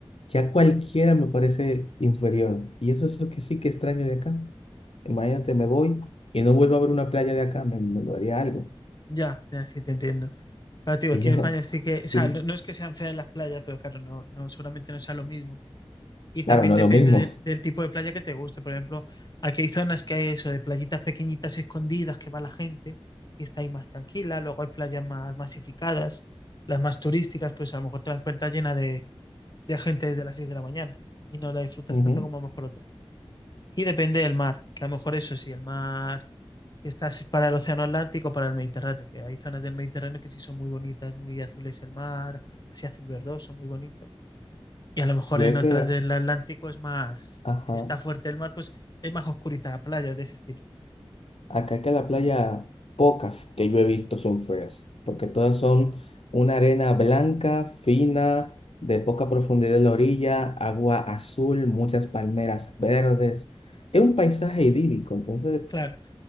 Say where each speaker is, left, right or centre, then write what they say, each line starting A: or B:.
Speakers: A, on the left (about 75°); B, on the left (about 45°).
A: ya cualquiera me parece inferior. Y eso es lo que sí que extraño de acá. Imagínate, me voy y no vuelvo a ver una playa de acá, me, me daría algo.
B: ya, ya sí te entiendo. Claro, te digo,
A: Y
B: aquí
A: yo,
B: en
A: <laughs>
B: España sí que,
A: sí,
B: o sea, no no es que sean feas las playas, pero claro, no, no, seguramente no sea lo mismo. Y también
A: claro, no
B: depende
A: es lo mismo.
B: del, del tipo de playa que te guste. Por ejemplo, aquí hay zonas que hay eso, de playitas pequeñitas escondidas que va la gente y está ahí más tranquila. Luego hay playas más masificadas, las más turísticas, pues a lo mejor te la encuentras llena de, de gente desde las 6 de la mañana y no la disfrutas
A: Ujú.
B: tanto como a lo mejor otra. Y depende del mar, que a lo mejor eso sí, el mar que estás para el Océano Atlántico, para el Mediterráneo, que hay zonas del Mediterráneo que sí son muy bonitas, muy azules el mar, así azul verdoso, muy bonito. Y a lo mejor
A: Yo
B: en
A: es
B: otras
A: que,
B: del Atlántico es más,
A: ajá.
B: si está fuerte el mar, pues es más oscurita la playa, de ese estilo.
A: Acá que la playa, pocas que yo he visto son feas, porque todas son una arena blanca, fina, de poca profundidad en la orilla, agua azul, muchas palmeras verdes. Es un paisaje idílico, entonces
B: Claro,